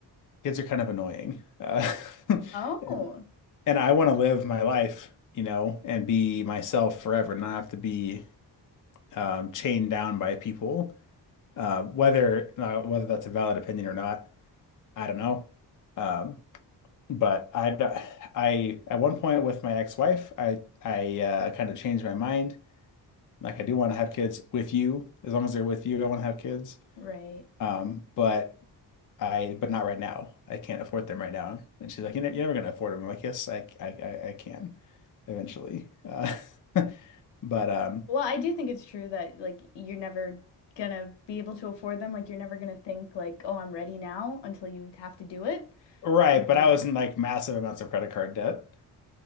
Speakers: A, on the left; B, on the left.
A: Kids are kind of annoying. Uh, <laughs>
B: Oh,
A: and, and I want to live my life, you know, and be myself forever, not have to be um, chained down by people. Uh, whether uh, whether that's a valid opinion or not, I don't know. Um, but I, I at one point with my ex-wife, I I uh, kind of changed my mind. Like I do want to have kids with you, as long as they're with you, I want to have kids.
B: right.
A: Um, but I but not right now. I can't afford them right now. And she's like, you know, you're never gonna afford them. I'm like, yes, I I I, I can eventually. Uh, <laughs> but um,
B: Well, I do think it's true that like you're never gonna be able to afford them. Like you're never gonna think like, oh, I'm ready now until you have to do it.
A: right.
B: Mhm.
A: But I was in like massive amounts of credit card debt.